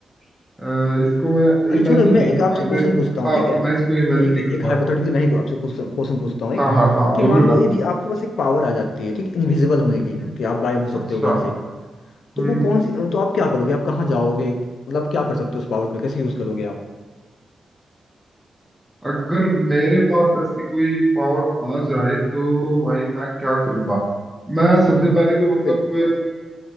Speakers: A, in the centre; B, on the left.
A: अ, इसको मैं
B: अच्छा
A: इमेजिन
B: छोड़ो मैं
A: नहीं कर
B: एक आपसे
A: पाया
B: क्वेश्चन
A: जैसे
B: पूछता हूँ
A: हाँ
B: ठीक है
A: मैं इसको इमेजिन
B: मैं एक
A: नहीं
B: एक
A: कर
B: हाइपोथेटिकल
A: पाया
B: मैं ही आपसे क्वेश्चन क्वेश्चन पूछता हूँ एक
A: हाँ हाँ हाँ
B: कि
A: बोलो
B: मान लो
A: ना
B: यदि आपके पास एक पावर आ जाती है ठीक इनविजिबल होने की
A: हम्म,
B: कि आप गायब हो
A: अच्छा
B: सकते हो कहीं से तो
A: हम्म
B: वो कौन सी तो आप क्या करोगे आप कहाँ जाओगे मतलब क्या कर सकते हो उस पावर को कैसे यूज करोगे आप
A: अगर मेरे पास ऐसी कोई पावर आ जाए तो भाई मैं क्या करूंगा मैं सबसे पहले तो मतलब
B: बिल्कुल